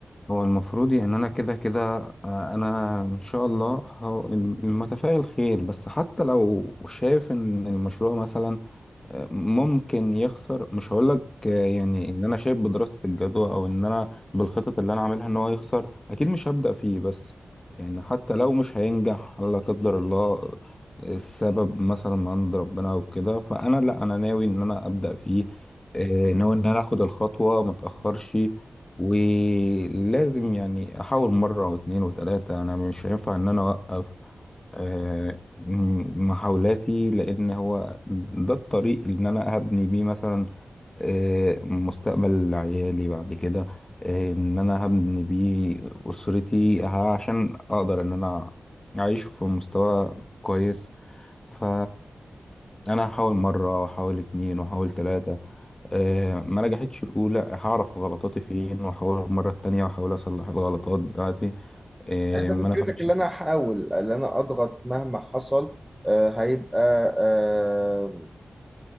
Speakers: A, on the left (about 20°); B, in the centre.
A: هو المفروض يعني انا كده كده آه، انا ان شاء الله هو- متفائل خير بس حتى لو شايف ان المشروع مثلا ممكن يخسر مش هقولك آه، يعني ان انا شايف بدراسة الجدوى او ان انا بالخطط اللي انا عاملها ان هو يخسر اكيد مش هبدأ فيه بس يعني حتى لو مش هينجح لا قدر الله السبب مثلا من عند ربنا او كده فانا لا انا ناوي ان انا ابدأ فيه آه، ناوي ان انا اخد الخطوة ما اتأخرش ولازم يعني احاول مرة واتنين وتلاتة انا مش هينفع ان انا اوقف آه، م- محاولاتي لان هو ده الطريق اللي انا هبني بيه مثلا آه، مستقبل عيالي بعد كده آه، ان انا هبني بيه اسرتي ه- عشان اقدر ان انا اعيش في مستوى كويس ف انا هحاول مره واحاول اتنين واحاول تلاته آه، ما نجحتش الاولى هعرف غلطاتي فين واحاول المره التانيه واحاول اصلح الغلطات بتاعتي آه،
B: يعني
A: ما
B: انت فكرتك
A: نفعتش
B: اللي انا هحاول اللي انا اضغط مهما حصل آه، هيبقى آه،